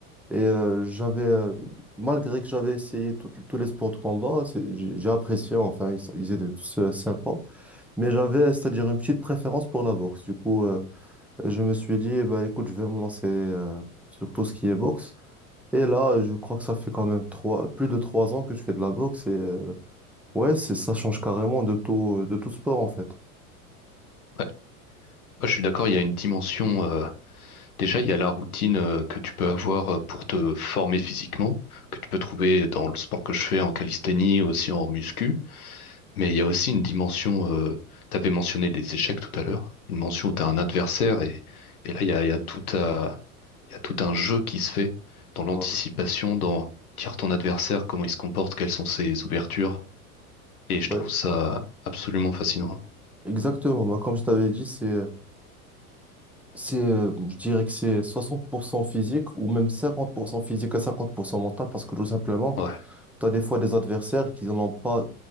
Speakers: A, in the centre; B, on the left (about 70°).
A: Et euh, j'avais, euh, malgré que j'avais essayé tout- tous les sports de combat, c'est- j'ai j'ai apprécié, enfin, ils, sont- ils étaient tous euh, sympas. Mais j'avais, c'est-à-dire une petite préférence pour la boxe. Du coup, euh, je me suis dit, eh ben, écoute, je vais me lancer euh, sur tout ce qui est boxe. Et là, je crois que ça fait quand même trois, plus de trois ans que je fais de la boxe. Et euh, ouais, c'est, ça change carrément de tout, de tout sport, en fait.
B: Ouais. Ouais, je suis d'accord. Il y a une dimension. euh, déjà, il y a la routine euh, que tu peux avoir euh, pour te former physiquement, que tu peux trouver dans le sport que je fais en calisthénie, aussi en muscu. Mais il y a aussi une dimension. Euh, t'avais mentionné les échecs tout à l'heure. Une mention où t'as un adversaire et, et là, il y a, il y a tout à il y a tout un jeu qui se fait dans l'anticipation,
A: Voilà.
B: dans lire ton adversaire, comment il se comporte, quelles sont ses ouvertures. Et je
A: Ouais,
B: trouve ça absolument fascinant.
A: exactement. Moi, comme je t'avais dit, c'est, c'est, euh, je dirais que c'est 60% physique ou même 50% physique et 50% mental parce que tout simplement,
B: Ouais,
A: Tu as des fois des adversaires qui n'ont pas,